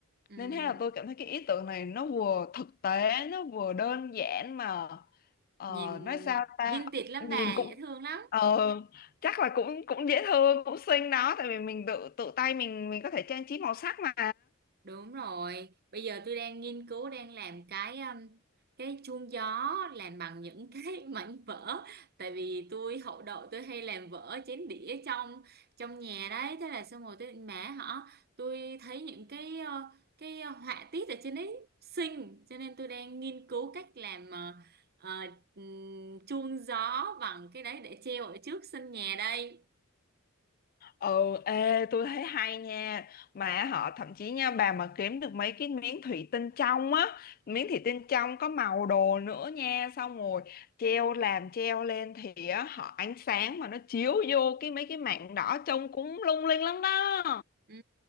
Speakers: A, on the right; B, on the left.
A: Ừm,
B: nên thế là tôi cảm thấy cái ý tưởng này nó vừa thực tế nó vừa đơn giản mà ờ,
A: nhìn
B: nói sao ta
A: vintage lắm
B: nhìn
A: bà
B: cũng
A: dễ thương lắm
B: ờ, chắc là cũng cũng dễ thương cũng xinh đó tại vì mình tự tự tay mình mình có thể trang trí màu sắc mà
A: Đúng rồi, bây giờ tôi đang nghiên cứu đang làm cái um, cái chuông gió làm bằng những <laughs> cái mảnh vỡ tại vì tôi hậu đậu tôi hay làm vỡ chén đĩa trong trong nhà đấy thế là xong rồi tôi định mẹ họ tôi thấy những cái ờ, cái họa tiết ở trên đấy xinh cho nên tôi đang nghiên cứu cách làm ờ, ờ, ừm, chuông gió bằng cái đấy để treo ở trước sân nhà đây
B: Ừ, ê, tôi thấy hay nha Mà họ thậm chí nha Bà mà kiếm được mấy cái miếng thủy tinh trong á Miếng thủy tinh trong có màu đồ nữa nha Xong rồi treo làm treo lên Thì á, họ ánh sáng mà nó chiếu vô cái mấy cái mảng đỏ Trông cũng lung linh lắm đó
A: Ừ.